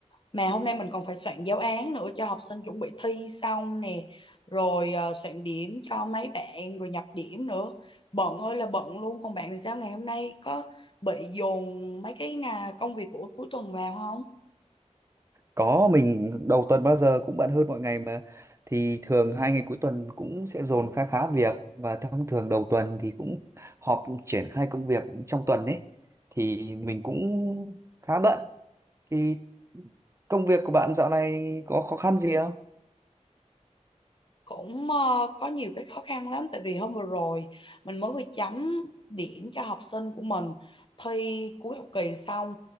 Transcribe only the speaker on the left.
mà hôm nay mình còn phải soạn giáo án nữa cho học sinh chuẩn bị thi xong nè rồi ờ, soạn điểm cho mấy bạn rồi nhập điểm nữa bận ơi là bận luôn còn bạn thì sao ngày hôm nay có bị dồn mấy cái ngà- công việc của cuối tuần vào không
cũng ờ, có nhiều cái khó khăn lắm tại vì hôm vừa rồi mình mới vừa chấm điểm cho học sinh của mình thi cuối học kỳ xong